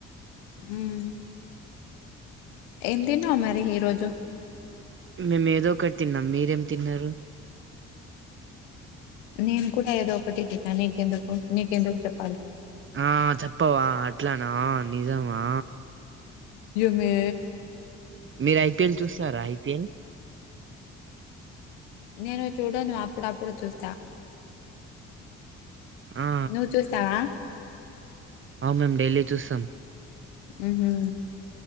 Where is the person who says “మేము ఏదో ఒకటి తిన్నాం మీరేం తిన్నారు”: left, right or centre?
Right